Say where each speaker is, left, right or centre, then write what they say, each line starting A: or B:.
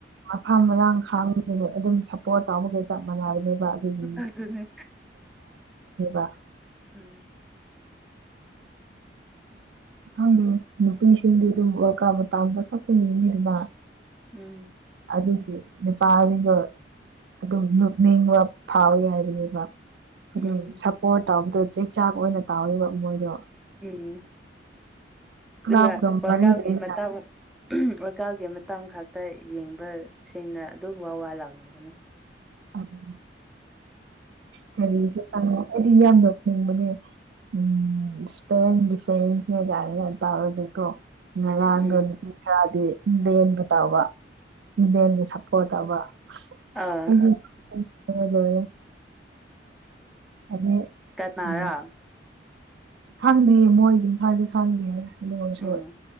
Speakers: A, on the right (about 70°); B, in the centre.
A: ꯃꯐꯥꯝ ꯃꯔꯥꯡ ꯈꯥꯡꯗꯅ ꯑꯗꯨꯝ ꯁꯞꯄꯣꯔꯠ ꯇꯧꯕꯕꯒꯩ ꯆꯞ ꯃꯥꯟꯅꯕꯅꯤ ꯑꯗꯨꯒꯤ
B: ꯑꯗꯨꯅꯦ
A: <unintelligible>
B: ꯍꯝ
A: ꯈꯪꯗꯦ ꯅꯨꯄꯤꯁꯤꯡꯗꯤ ꯑꯗꯨꯝ ꯋꯥꯔꯜꯀꯕ ꯃꯇꯝꯗ ꯈꯛꯇ ꯌꯦꯡꯉꯤꯗꯅ
B: ꯎꯝ
A: ꯑꯗꯨꯒꯤ ꯅꯨꯄꯥ <unintelligible> ꯑꯗꯨꯝ ꯅꯣꯛꯅꯤꯡꯕ ꯐꯥꯎꯋꯤ ꯍꯥꯏꯕꯅꯦꯕ ꯑꯗꯨꯝ
B: ꯎꯝ
A: ꯁꯞꯄꯣꯔꯠ ꯇꯧꯕꯗꯣ ꯆꯦꯛ ꯆꯥꯛ ꯑꯣꯏꯅ ꯇꯧꯋꯦꯕ ꯃꯣꯏꯗꯣ
B: ꯎꯝ
A: ꯀ꯭ꯂꯕꯀ
B: ꯑꯗꯨꯒ ꯋꯥꯔꯀꯥꯎꯒꯤ
A: ꯃꯔꯤ ꯂꯩꯅ
B: ꯃꯇꯥ ꯑꯣꯔꯀꯥꯎꯒꯤ ꯃꯇꯝ ꯈꯛꯇ ꯌꯦꯡꯕ ꯁꯦꯡꯅ ꯑꯗꯨ ꯋꯥ ꯋꯥ ꯂꯥꯎꯅꯒꯅꯤ
A: ꯑꯗꯨ ꯀꯔꯤꯁꯨꯉ ꯍꯥꯏꯗꯤ ꯌꯥꯝ ꯅꯣꯛꯅꯤꯡꯕꯅꯦ ꯎꯝ ꯏꯁꯄꯦꯟ ꯗꯤꯐꯦꯟꯁ ꯀꯩ ꯀꯥꯏꯅ ꯇꯧꯔꯒꯀꯣ ꯉꯔꯥꯡꯗ
B: ꯎꯝ
A: ꯅꯨꯄꯤ ꯈꯔꯗꯤ ꯏꯕꯦꯟꯒ ꯇꯧꯕ ꯏꯕꯦꯟꯒ ꯁꯞꯄꯣꯔꯠ ꯇꯧꯕ
B: ꯑꯥ
A: ꯑꯩꯗꯤ ꯂꯣꯏꯔꯦ ꯍꯥꯏꯗꯤ ꯎ
B: ꯀꯅꯥꯔꯥ
A: ꯈꯪꯗꯦ ꯃꯣꯏ ꯑꯗꯨꯝ ꯁ꯭ꯋꯥꯏꯗ ꯈꯪꯗꯦ ꯑꯗꯨ ꯑꯣꯏꯔꯁꯨ
B: ꯎꯝ